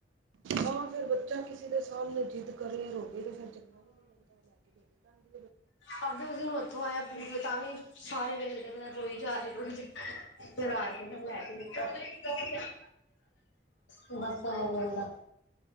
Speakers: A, on the right; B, on the left.
A: ਹਾਂ ਫੇਿਰ ਬੱਚਾ ਕਿਸੇ ਦੇ ਸਾਹਮਣੇ ਜਿੱਦ ਕਰ ਰਿ ਰੋਵੇ ਤੇ ਫਿਰ ਚੰਗਾ ਵੀ ਨਹੀਂ ਲੱਗਦਾ ਲੱ ਕੇ ਜਾਦੀ
B: ਤਾਂ ਵੀ ਪਬਲਿਕ ਨੂੰ ਉਥੋਂ ਆਇਆ ਤਾਂ ਵੀ ਸਾਰੇ ਵੇਖਦੇ ਪ ਰੋਈ ਜਾ ਰਹੀ ਰੋਈ ਜਾ ਬਸ ਇਧਰ ਲੈ ਕੇ ਆ ਗਈ ਆ ਨਿੱਕੇ ਨੂੰ